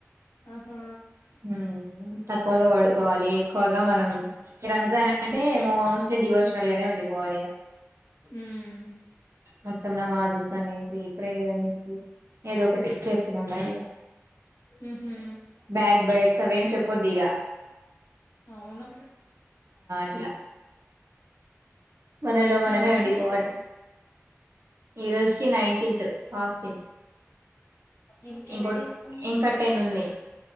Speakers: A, on the left; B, on the right.
A: ఆహా
B: హ్మ్ తక్కువగా పడుకోవాలి ఎక్కువగా మనం రంజాన్ అంటే మోస్ట్లీ డివోషనల్ గానే ఉండిపోవాలి ఇగ
A: హ్మ్
B: మొత్తం నమాజుస్ అనేసి ప్రేయర్ అనేసి ఏదో ఒకటి చేస్తూనే ఉండాలి ఇగ
A: ఉహు
B: బ్యాక్ బైట్స్ అవేం చెప్పొద్ది ఇగ
A: అవును
B: ట్ల మనలో మనమే
A: ఇంకెన్ని
B: ఉండిపోవాలి
A: డేస్
B: ఈ రోజుకి నైన్ టింత్ ఫాస్టింగ్
A: ఇంకెన్ని
B: ఇంకో
A: డేస్ ఉంది
B: ఇంకా టెన్ ఉన్నయ్